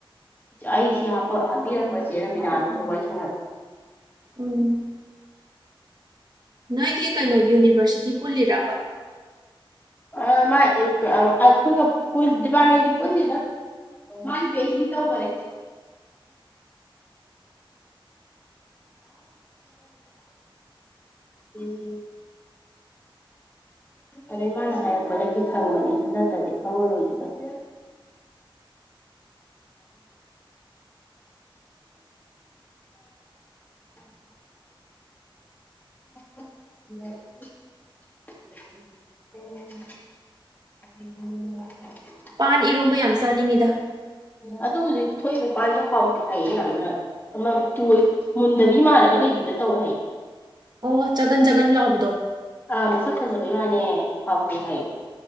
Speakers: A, on the left; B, on the right.
A: ꯑꯩꯁꯤ ꯍꯥꯞꯄꯤꯔꯛꯄ ꯆꯦ ꯔꯕꯤꯅꯥꯗꯨꯕꯨ ꯋꯥꯔꯤ ꯁꯅꯕ
B: ꯎꯝ ꯅꯣꯏꯒꯤ ꯀꯩꯅꯣ ꯌꯨꯅꯤꯚꯔꯁꯤꯇꯤ ꯄꯨꯜꯂꯤꯔꯕ
A: ꯑ ꯃꯥꯏ ꯑꯩꯈꯣꯏꯒ ꯄꯨꯂ ꯗꯤꯄꯥꯔꯠꯃꯦꯟꯗꯤ ꯄꯨꯟꯗꯦꯗ ꯃꯥ ꯄꯤ ꯑꯩꯁ ꯗꯤ ꯇꯧꯕꯅꯦ ꯎꯝ ꯑꯗꯩ ꯃꯥꯅ ꯍꯥꯏꯔꯛꯄꯗꯒꯤ ꯈꯪꯕꯅꯦ ꯑꯩ ꯅꯠꯇ꯭ꯔꯗꯤ ꯈꯪꯉꯔꯣꯏꯗꯕꯅꯤ <unintelligible> <unintelligible>
B: ꯄꯥꯟ ꯏꯔꯣꯕ ꯌꯥꯝ ꯆꯥꯅꯤꯡꯉꯤꯗ
A: ꯑ ꯑꯗꯨ ꯍꯧꯖꯤꯛ ꯊꯣꯛꯏ ꯃꯄꯥꯟꯁꯦ ꯍꯥꯎꯇꯦ ꯍꯥꯏꯌꯦ ꯌꯥꯝꯅ ꯑꯃꯣꯏ ꯃꯨꯟꯗꯕꯤ ꯃꯥꯟꯂꯒ ꯂꯩꯕꯤꯗ ꯇꯧꯋꯦ ꯍꯥꯏꯌꯦ
B: ꯑꯣ ꯆꯒꯟ ꯆꯒꯟ ꯂꯥꯛꯕꯗꯣ
A: ꯑꯥ ꯃꯁꯛ ꯐꯖꯕꯩ ꯋꯥꯅꯦ ꯍꯥꯎꯇꯦ ꯍꯥꯏ